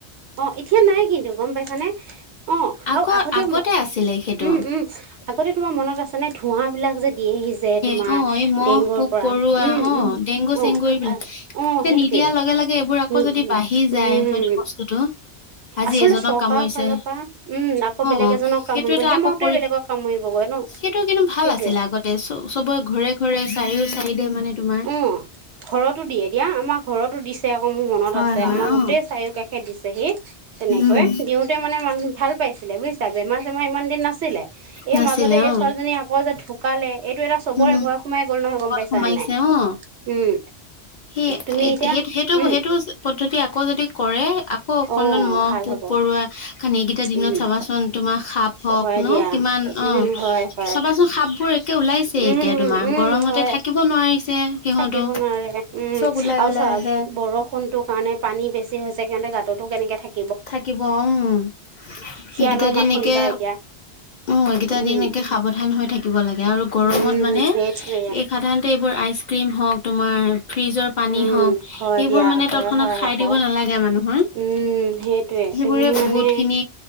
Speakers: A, on the right; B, on the left.
A: অঁ এতিয়া নাই কিন্তু গম পাইছানে অৱ
B: আগৰ
A: আৰু আগতে
B: আছিলে সেইটো
A: উম উম। আগতে তোমাৰ মনত আছে নে ধোঁৱা বিলাক যে দিয়েহি যে। তোমাৰ
B: অৱ, এই মহ
A: ডেংগুৰ
B: পোক
A: পৰা
B: পৰুৱা
A: উম
B: অঁ
A: উম
B: ডেংগু
A: অ
B: চেংগু এইবিলাক
A: অ
B: এতিয়া
A: সেইটোৱে
B: নিদিয়াৰ লগে লগে এইবোৰ আকৌ
A: নিদিয়ে
B: যদি বাঢ়ি যায়
A: উম
B: হয়তো বস্তুতটো। আজি
A: আচলতে
B: এজনক
A: চৰকাৰৰ
B: কামুৰিছে,
A: ফালৰ পৰা উম আকৌ
B: অঁ
A: বেলেগ এজনক কামুৰিব
B: সেইটো এটা
A: সেই
B: আকৌ
A: মতে
B: কৰি,
A: বেলেগক কামুৰিবগৈ ন
B: সেইটো কিন্তু ভাল
A: সেইটোৱে
B: আছিলে আগতে। চবৰে ঘৰে ঘৰে চাৰিও চাইদে মানে তোমাৰ
A: অৱ, ঘৰতো দিয়ে দিয়া আমাক ঘৰতো দিছে আকৌ মোৰ মনত
B: হয়
A: আছে
B: হয়
A: আমাৰ
B: অ
A: গোটেই চাৰও কাষে দিছেহি তেনেকৈ
B: উম
A: দিওতে মানে মানুহ ভাল পাইছিলে বুজ বেমাৰ চেমাৰ ইমান দিন নাছিলে এই
B: নাছিলে
A: মাজতে এই
B: অ
A: ছোৱালীজনী আকৌ যে ধুকালে এইটো এটা চবৰে
B: উম
A: ভয় সোমাই গ'ল নহয় গম
B: কল
A: পাইছা
B: সোমাইছে
A: নে নাই,
B: অ
A: উম।
B: সেই
A: তুমি এতিয়া
B: সেই সেইটো
A: উম
B: সেইটো পদ্ধতি আকৌ যদি কৰে আকৌ অকনমান
A: অ
B: মহ
A: ভাল
B: পোক
A: হ'ব
B: পৰুৱা খান এইকেইটা দিনত
A: উম
B: চাবাচোন তোমাৰ সাপ হওক
A: হয়
B: ন
A: দিয়া
B: কিমান
A: উম
B: অঁ
A: হয় হয়
B: চাবাচোন সাপ বোৰ একে ওলাইছে
A: উম
B: এতিয়া
A: উম
B: তোমাৰ
A: উম
B: গৰমতে
A: হয়
B: থাকি থাকিব নোৱাৰিছে। সিহঁতো
A: থাকিব নোৱাৰে উম
B: চব ওলাই
A: আৰু
B: ওলাই
A: চোৱা
B: আহে
A: বৰষুণটো কাৰণে পানী বেছি হৈছে সেইকাৰণে গাঁততো কেনেকে থাকি
B: থাকিব উম,
A: শিয়ালৰ
B: এইকেইটা দিন
A: মাত শুনিবা
B: একে
A: এতিয়া
B: অৱ এইকেইটা
A: উম
B: দিন একে সাৱধান হৈ থাকিব লাগে আৰু গৰমত
A: উম
B: মানে
A: সেইটোৱে
B: সাধাৰণতে এইবোৰ আইচ ক্ৰীম হওক তোমাৰ ফ্ৰিজৰ পানী
A: উম
B: হওক,
A: হয়
B: এইবোৰ
A: দিয়া
B: মানে
A: হয়
B: তৎক্ষণাত
A: হয়
B: খাই
A: আকৌ
B: দিব নালাগে মানুহৰ।
A: উম। সেইটোয়ে
B: সেইবোৰে
A: তুমি
B: বহুত
A: মানে,
B: খিনি